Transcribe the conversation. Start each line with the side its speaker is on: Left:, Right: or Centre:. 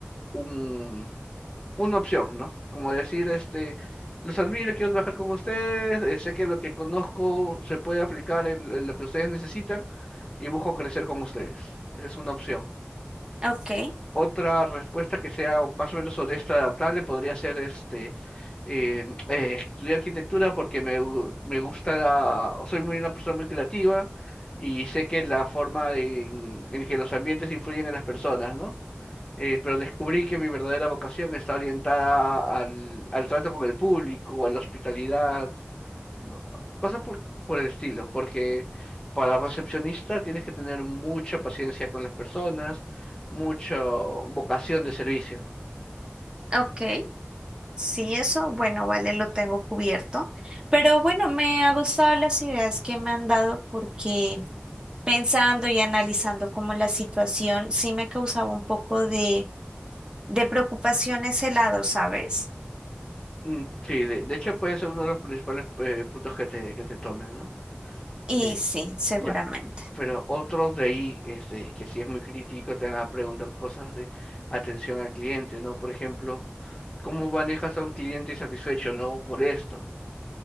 Left: un, una opción, ¿no? Como decir, este, los admiro, quiero trabajar con ustedes, eh, sé que lo que conozco se puede aplicar en, en lo que ustedes necesitan y busco crecer con ustedes. Esa es una opción.
Right: Ok.
Left: Otra respuesta que sea más o menos honesta, adaptable, podría ser este, eh, eh, estudiar arquitectura porque me, gu- me gusta la, soy muy una persona muy creativa y sé que la forma de- en, en que los ambientes influyen en las personas, ¿no? Eh, pero descubrí que mi verdadera vocación está orientada al, al trato con el público, a la hospitalidad, no, cosas por, por el estilo, porque para recepcionista tienes que tener mucha paciencia con las personas, mucha vocación de servicio.
Right: Ok, sí, eso, bueno, vale, lo tengo cubierto. Pero bueno, me ha gustado las ideas que me han dado porque pensando y analizando como la situación, sí me causaba un poco de, de preocupación ese lado, ¿sabes?
Left: Mm, sí, de, de hecho puede ser uno de los principales eh, puntos que te, que te tomen, ¿no?
Right: Y
Left: Eh,
Right: sí, seguramente.
Left: ya, pero otros de ahí, este, que sí es muy crítico, te van a preguntar cosas de atención al cliente, ¿no? Por ejemplo, ¿cómo manejas a un cliente insatisfecho, no molesto?